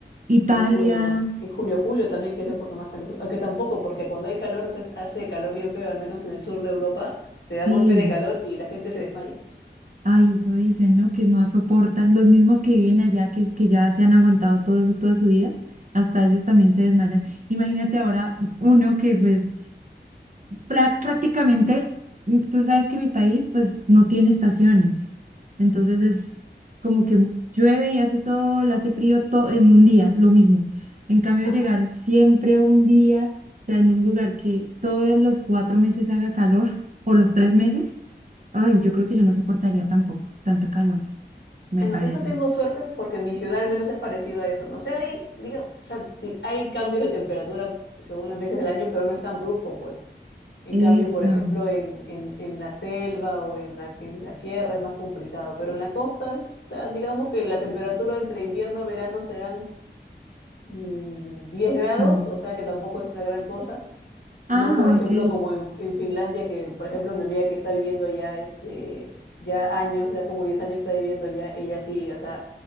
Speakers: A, on the right; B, on the left.
A: Italia,
B: en junio, en junio, julio también, que es la época más calurosa. Aunque tampoco, porque cuando hay calor se hace calor bien feo, al menos en el sur de Europa, te da
A: sí.
B: golpes de calor y la gente se desmaya.
A: Ay, eso dicen, ¿no? Que no soportan, los mismos que viven allá, que, que ya se han aguantado todo eso toda su vida, hasta ellos también se desmayan. Imagínate ahora uno que pues Prá- Prácticamente, mm, tú sabes que mi país pues no tiene estaciones, entonces es como que llueve y hace sol, hace frío todo en un día, lo mismo. En cambio,
B: Ah,
A: llegar siempre a un día, o sea, en un lugar que todos los cuatro meses haga calor <laughs> o los tres meses, ay, yo creo que yo no soportaría tampoco tanto calor, me
B: bueno,
A: parece.
B: eso tengo suerte porque mi ciudad al menos es parecido a eso, ¿no? O sea, hay, diga, o sea, di- hay cambios de temperatura según las veces del año, pero no es tan brusco, pues. En
A: Eso.
B: cambio, por ejemplo, en, en, en la selva o en la, en la sierra es más complicado, pero en la costa, es- o sea, digamos que la temperatura entre invierno y verano serán mm, 10 grados,
A: Bueno.
B: o sea que tampoco es la gran cosa. No,
A: Ah,
B: por ejemplo,
A: ok.
B: como en, en Finlandia, que por ejemplo mi amiga que está viviendo allá, este, ya años, ya como 10 años está viviendo allá, ella sí, o sea,